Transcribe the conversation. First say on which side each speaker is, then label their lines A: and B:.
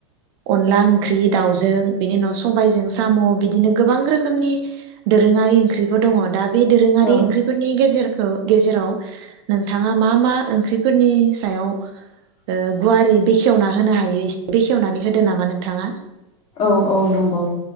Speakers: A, on the right; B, on the left.
A: अनला ओंख्रि दाउजों बिनि उनाव सबायजों साम बिदिनो गोबां रोखोमनि दोरोङारि ओंख्रिफोर दङ। दा बे दोरोङारि
B: औ
A: ओंख्रिफोरनि गेजेर ओ गेजेराव नोंथाङा मा मा ओंख्रिफोरनि सायाव ओ गुवारै बेखेवना होनो हायो बेखेवनानै होदो नामा नोंथाङा?
B: औ औ नंगौ